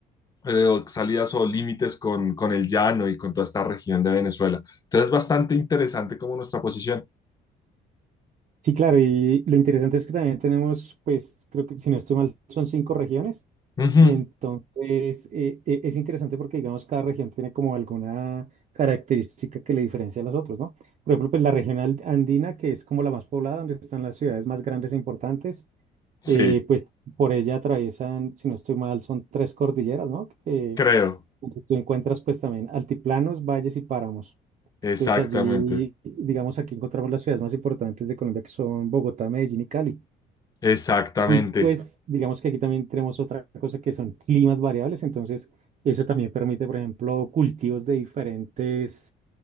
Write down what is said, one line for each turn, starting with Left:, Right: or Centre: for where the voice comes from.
Left: eh, o salidas o límites con, con el llano y con toda esta región de Venezuela. Entonces es bastante interesante como nuestra posición.
Right: Sí, claro, y lo interesante es que también tenemos, pues, creo que si no estoy mal, son cinco regiones.
Left: Ujú,
Right: Y entonces eh, eh, es interesante porque, digamos, cada región tiene como alguna característica que le diferencia a las otras, ¿no? Por ejemplo, pues la región al- andina, que es como la más poblada, donde están las ciudades más grandes e importantes,
Left: Sí,
Right: eh, pues por ella atraviesan, si no estoy mal, son tres cordilleras, ¿no? Que,
Left: creo.
Right: donde tú encuentras pues también altiplanos, valles y páramos.
Left: Exactamente.
Right: Entonces allí, digamos, aquí encontramos las ciudades más importantes de Colombia, que son Bogotá, Medellín y Cali.
Left: Exactamente.
Right: Y pues, digamos que aquí también tenemos otra cosa que son climas variables. Entonces, eso también permite, por ejemplo, cultivos de diferentes,